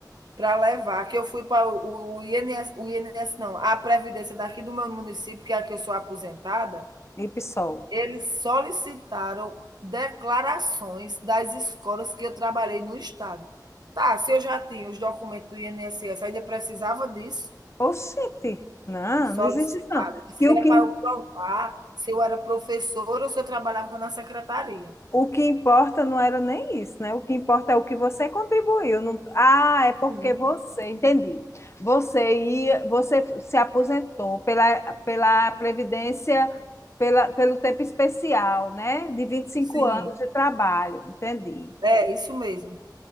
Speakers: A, on the right; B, on the left.
A: para levar, que eu fui para o, o INS, o INS, não, a Previdência daqui do meu município, que é aqui eu sou aposentada,
B: E PSOL.
A: Eles solicitaram declarações das escolas que eu trabalhei no estado. Tá, se eu já tinha os documentos do INSS, ainda precisava disso?
B: Oxente, não,
A: Solicitaram.
B: não existe isso não.
A: Disse
B: Que
A: que
B: o
A: era
B: que,
A: para eu provar se eu era professora ou se eu trabalhava na secretaria.
B: o que importa não era nem isso, né? O que importa é o que você contribuiu. não- Ah, é porque
A: Sim.
B: você, entendi. Você ia, você se aposentou pela, pela Previdência, pela, pelo tempo especial, né? De 25
A: Sim,
B: anos de trabalho, entendi,
A: é isso mesmo.